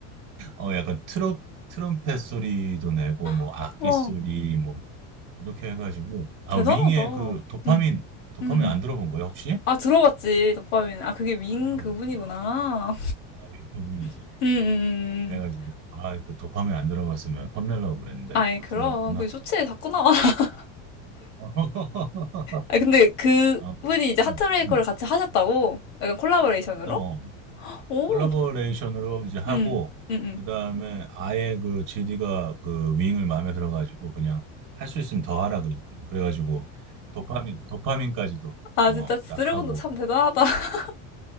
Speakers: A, on the right; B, on the left.
A: 어 약간 트롯 트럼펫 소리도 내고 뭐
B: <laughs>
A: 악기
B: 와,
A: 소리 뭐 이렇게 해가지고 아
B: 대단하다.
A: 윙의 그 도파민
B: 응, 응,
A: 도파민
B: 응.
A: 안 들어본 거야 혹시?
B: 아, 들어봤지, 도파민. 아, 그게 윙
A: 아 들어봤어.
B: 그분이구나.
A: 어, 아 윙크군이지.
B: <laughs> 응, 응, 응.
A: 그래가지고
B: 응.
A: 아 그 도파민 안 들어봤으면 혼내려고 그랬는데
B: 아이,
A: 어
B: 그럼.
A: 들어봤구나.
B: 그 쇼츠에 자꾸 나와. <laughs>
A: <laughs>
B: 아, 근데 그
A: 어,
B: 분이 이제 하트브레이커를
A: 음, 음.
B: 같이 하셨다고? 약간 콜라보레이션으로?
A: 어, 어.
B: 오,
A: 콜라보레이션으로 이제 하고
B: 응, 응, 응.
A: 그다음에 아예 그 GD가 그 윙을 마음에 들어가지고 그냥 할 수 있으면 더 하라 그랬 그래가지고 도파민 도파민까지도
B: 아,
A: 어
B: 진짜 드래곤도
A: 딱 하고
B: 참 대단하다. <laughs>